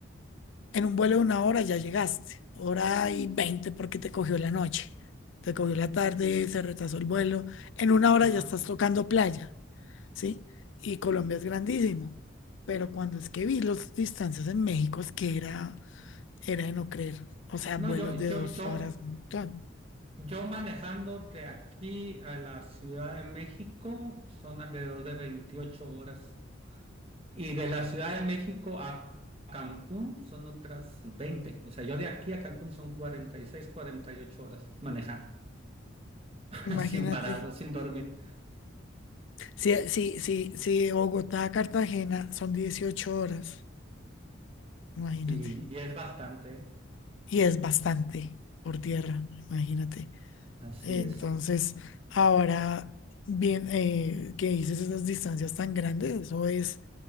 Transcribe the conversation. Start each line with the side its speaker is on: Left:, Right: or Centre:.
Left: en un vuelo de una hora ya llegaste, hora y veinte porque te cogió la noche, te cogió la tarde, se retrasó el vuelo, en una hora
Right: ajá.
Left: ya estás tocando playa, ¿sí? Y Colombia es grandísimo, pero cuando es que vi las distancias en México es que era, era de no creer, o sea,
Right: No,
Left: vuelos
Right: yo,
Left: de
Right: yo,
Left: dos
Right: yo,
Left: horas, un montón.
Right: yo manejando de aquí a la Ciudad de México son alrededor de 28 horas. Y de la Ciudad de México a Cancún son otras 20. O sea, yo de aquí a Cancún son 46, 48 horas manejando, <laughs>
Left: Imagínate,
Right: sin parado, sin dormir.
Left: si, si, si, si de Bogotá a Cartagena son 18 horas, imagínate,
Right: Y, y es bastante, ¿eh?
Left: y es bastante por tierra, imagínate.
Right: Así
Left: Entonces,
Right: es.
Left: ahora, bien, eh, que dices esas distancias tan grandes, eso es